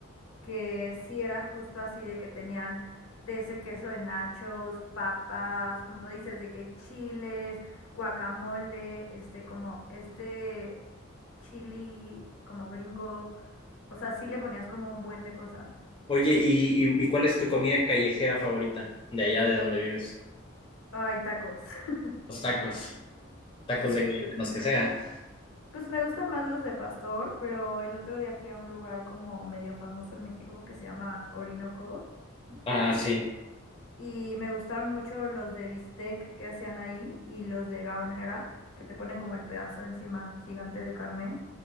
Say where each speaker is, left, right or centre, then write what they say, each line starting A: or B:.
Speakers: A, on the left; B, on the left.
A: que sí era justo así de que tenían de ese queso de nachos, papas, como dices, de que chiles, guacamole, este, como este chili como gringo, o sea, sí le ponías como un buen de cosas.
B: Oye, ¿y, y, y cuál es tu comida callejera favorita de allá de donde vives?
A: Ay, tacos. <laughs>
B: Los tacos. ¿Tacos
A: Sí,
B: de qué? De Los que sea.
A: pues me gustan más los de pastor, pero el otro día fui a un lugar como medio famoso en México que se llama Orinoco
B: Ah, sí,
A: y me gustaron mucho los de bistec que hacían ahí y los de gaonera que te ponen como el pedazo encima gigante de carne.